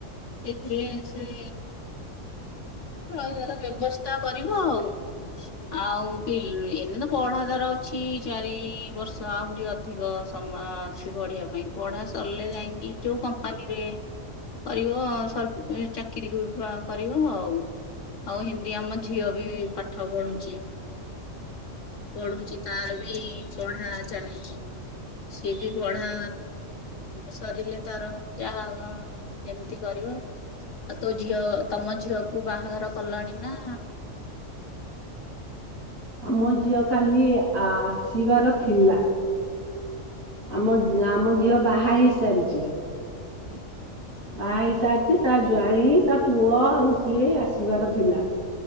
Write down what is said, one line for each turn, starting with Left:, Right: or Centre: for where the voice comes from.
Left: ସେଇଥିରେ ସେ ରହିବାର ବ୍ୟବସ୍ଥା କରିବ ଆଉ। ଆଉ ଏଇନେ ତ ପଢା ତାର ଅଛି, ଚାରି ବର୍ଷ ଆହୁରି ଅ ଅଧିକ ସମୟ ଅଛି ପଢ଼ିବା ପାଇଁ, ପଢ଼ା ସରିଲେ ଯାଇକି ଯୋଉ କମ୍ପାନୀରେ କରିବ, ସରି ଚାକିରି କରିବ ଆଉ। ଆଉ ହିନ୍ଦୀ ଆମ ଝିଅ ବି ପାଠ ପଢୁଛି। ପଢୁଛି ତାର ବି ପଢା ଚାଲିଚି। ସିଏ ବି ପଢା ସରିଲେ ତାର ଯାହା ଯେମିତି କରିବ, ଆଉ ତୋ ଝିଅ ତମ ଝିଅକୁ ବାହା ବାହାଘର କଲଣି ନା
Right: ମୋ ଝିଅ କାଲି ଆସିବାର ଥିଲା। ଆମ ଆମ ଝିଅ ବାହା ହେଇସାରିଚି।
Left: <inaudible>
Right: ବାହା ହେଇ ସାରିଚି ତା ଜ୍ବାଇଁ ତା ପୁଅ ଆଉ ସିଏ ଆସିବାର ଥିଲା।